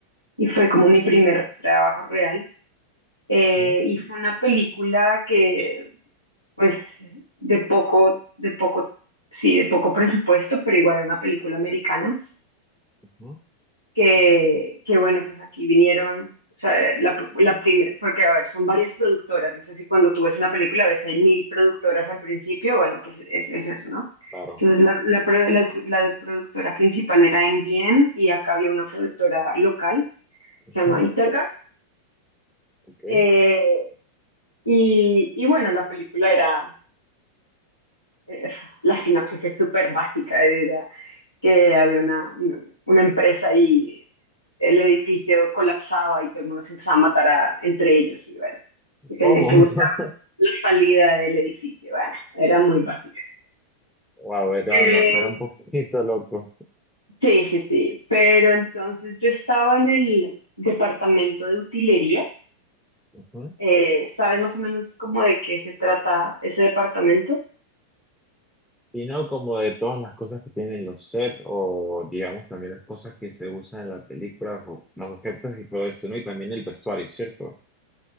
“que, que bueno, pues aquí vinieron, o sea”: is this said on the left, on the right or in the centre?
Left